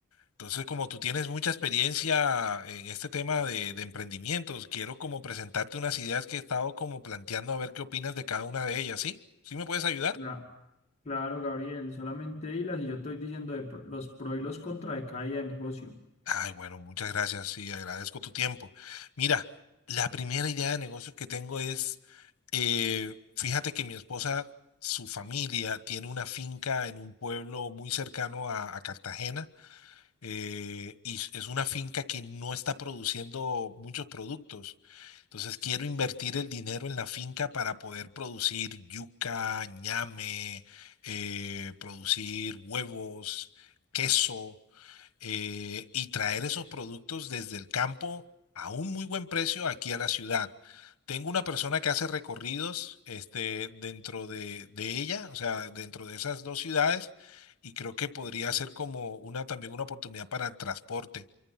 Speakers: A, on the left; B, on the left.
A: Entonces, como tú tienes mucha experiencia en este tema de, de emprendimientos, quiero como presentarte unas ideas que he estado como planteando a ver qué opinas de cada una de ellas, ¿sí? ¿Sí me puedes ayudar?
B: La- claro, Gabriel, solamente hilas y yo estoy diciendo de pro- los pro y los contra de cada idea de negocio.
A: Ay, bueno, muchas gracias. Sí, agradezco tu tiempo. Mira, la primera idea de negocio que tengo es, eh, fíjate que mi esposa, su familia tiene una finca en un pueblo muy cercano a, a Cartagena eh, y s- es una finca que no está produciendo muchos productos. Entonces quiero invertir el dinero en la finca para poder producir yuca, ñame, eh, producir huevos, queso eh, y traer esos productos desde el campo a un muy buen precio aquí a la ciudad. Tengo una persona que hace recorridos este, dentro de, de ella, o sea, dentro de esas dos ciudades, y creo que podría ser como una también una oportunidad para el transporte.